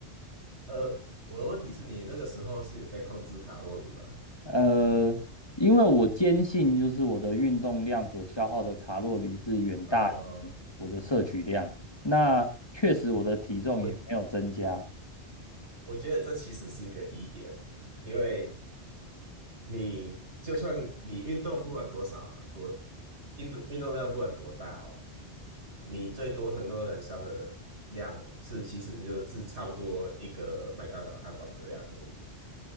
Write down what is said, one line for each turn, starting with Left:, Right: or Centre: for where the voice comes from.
Right: 呃，我的问题是你那个时候是有在控制卡路里吗？
Left: 呃，因为我坚信，就是我的运动量所消耗的卡路里是远大于我的摄取量。
Right: 呃，
Left: 那确实，我的体重也没有增加。
Right: 我我觉得这其实是一个疑点，因为你就算你运动不管多少多运动运动量不管多大哦，你最多能够燃烧的量是其实就是差不多一个麦当劳汉堡的量而已。